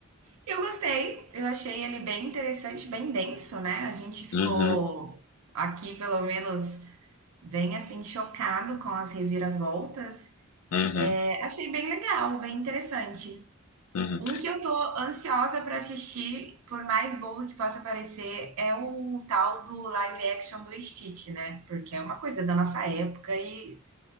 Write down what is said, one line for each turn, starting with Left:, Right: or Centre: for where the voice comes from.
Right: Eu gostei, eu achei ele bem interessante, bem denso, né. A gente ficou
Left: Uhum,
Right: aqui, pelo menos, bem assim chocado com as reviravoltas.
Left: uhum,
Right: É, achei bem legal, bem interessante.
Left: uhum.
Right: Um que eu tô ansiosa pra assistir, por mais bobo que possa parecer, é o tal do live action do Stitch, né? Porque é uma coisa da nossa época e,